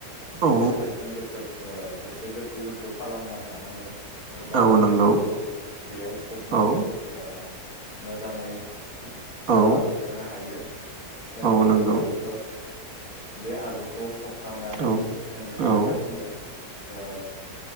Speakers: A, on the right; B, on the left.
A: औ
B: बेवहाय जों गोथौ ओ एसे गोथौ गोथौ खालामना लानांगोन जाहाथे
A: औ नंगौ
B: आलुखौ बेयाव फबनानै
A: औ
B: ओ मोजाङै गाजा
A: औ
B: अरहोनो हायो जोङो
A: औ नंगौ
B: आलुखौ बे आलुखौ फबखांनानै
A: औ
B: जोङो बेवहाय
A: औ
B: जोङो ओ